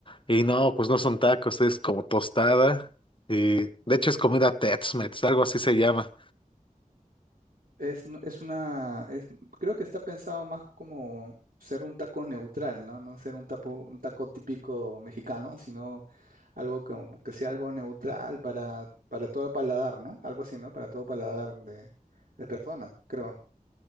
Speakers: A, on the left (about 35°); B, on the right (about 80°).
A: y no, pues no son tacos, es como tostada, y de hecho es comida Tex-Mex, algo así se llama.
B: Es, no- es una, es- creo que está pensado más como ser un taco neutral, ¿no? No ser un taco, un taco típico mexicano, sino algo que que sea algo neutral para, para todo paladar, ¿no? Algo así, ¿no? Para todo paladar de, de personas, creo.